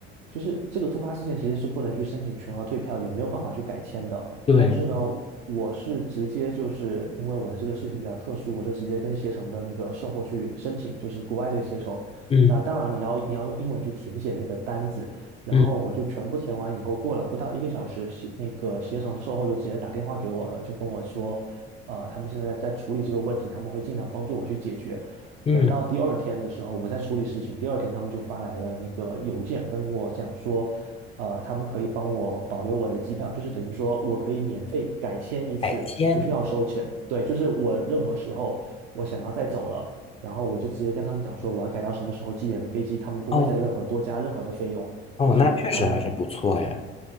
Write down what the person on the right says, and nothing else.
就是这个突发事件其实是不能去申请全额退票，也没有办法去改签的，
但是呢，我是直接就是因为我的这个事情比较特殊，我就直接跟携程的那个售后去申请，就是国外这个携程。
那当然你要你要用英文去填写那个单子，然后我就全部填完以后，
过了不到一个小时，携那个携程的售后就直接打电话给我了，就跟我说，呃，他们现在在处理这个问题，他们会尽量帮助我去解决。
等到第二天的时候，我在处理事情。第二天，他们就发来了那个邮件，跟我讲说，呃，他们可以帮我保留我的机票，就是等于说我可以免费改签一次，
不需要收钱。对，就是我任何时候我想要再走了，然后我就直接跟他们讲说我要改到什么时候几点的飞机，他们不会再任何多加任何的费用，
就是他们